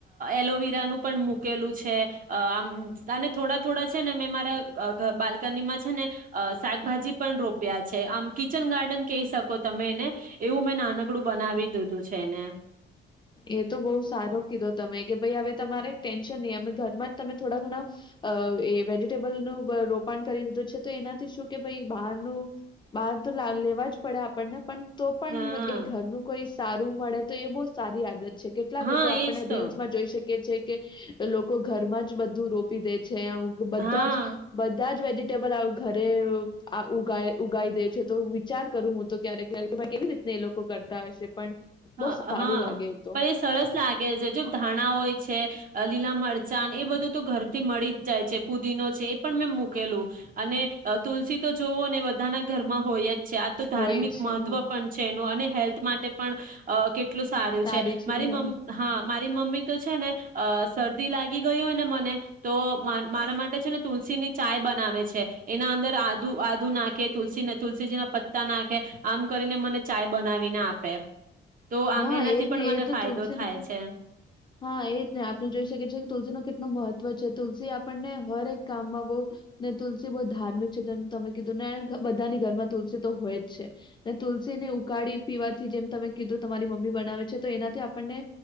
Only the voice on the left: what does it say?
એ તો બહુ સારો કીધો તમે કે ભાઈ હવે તમારે ટેન્શન નહી અમે ઘરમાં જ તમે થોડા ઘણા એ વેજીિટેબલનું રોપણ કરી દીધું છે તો એનાથી શું કે ભાઈ બહારનું બહાર તો લેવા જ પડે આપણને. પણ તો પણ
એ ઘરનું કોઈ. સારું મળે તો એ બો સારી આદત. છે કેટલા
લોકો આપણે
રીલ્સમાં
જોઈ શકીએ જે કે. લોકો ઘરમાં જ બધું રોપી દે છે. બધા
જ બધા જ વે ટેબલ આવુ ઘરે ઉગી દે છે તો વિચાર કરું હું તો ક્યારેક ક્યારેક કેવી રીતે. એ લોકો કરતા હશે પણ.
બહુ સારું
લાગે તો
હોય જ છે
હા
સારી
હા
હા
એજ
ને
એ તો
તુલસીનો
હા એ જ ને આપણે જોઈ શકીએ છીએ કે તુલસી નો કેટલું મહત્વ છે. તુલસી આપણને હરક કામમાં બહ ને તુલસી બહ ધાર્મિક છે. જેમ તમે કીધું ને બધાની ઘરમાં તુલસી તો હોય જ છે ને તુલસીને ઉકાળી પીવાથી જેમ તમે કીધું તમારી મમ્મી બનાવે છે. તો એનાથી આપણને